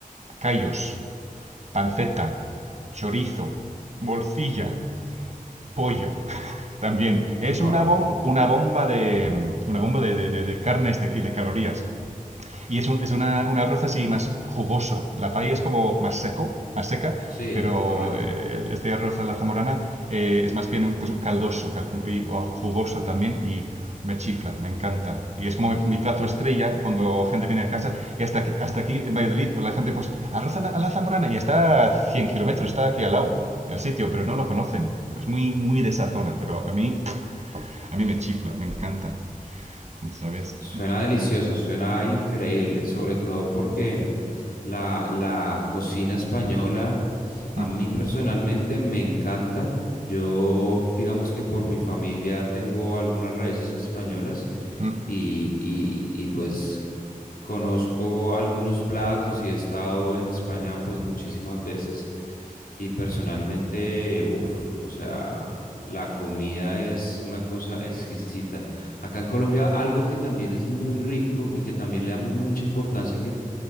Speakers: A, on the right; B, on the left.
A: callos, panceta, chorizo, morcilla, pollo. <laughs> También es
B: wow.
A: una, bom- una bomba de una bomba de, de- de- de carnes y de calorías. Y es, un, es una, un arroz así más jugoso. La paella es como más seco, más seca,
B: Sí,
A: pero
B: correcto.
A: eh, este arroz a la zamorana eh, es más bien pues, caldoso cal- y o jugoso también y me chifla, me encanta. Y es como mi, mi plato estrella cuando gente viene a casa. Y hasta aquí, hasta aquí en Valladolid, pues, la gente, pues, arroz a la, a la zamorana y está a 100 kilómetros, está aquí al lado el sitio, pero no lo conocen. Es muy, muy de esa zona, pero a mí, a mí me chifla, me encanta, ¿sabes?
B: Suena delicioso, suena increíble, sobre todo porque La, la cocina española a
A: Mm,
B: mí personalmente me encanta. Yo, digamos que por mi familia tengo algunas raíces españolas
A: mm,
B: y, y, y pues conozco algunos platos y he estado en España pues muchísimas veces y personalmente, uff, o sea, la comida es una cosa exquisita. Acá en Colombia algo que también es muy rico y que también le damos mucha importancia que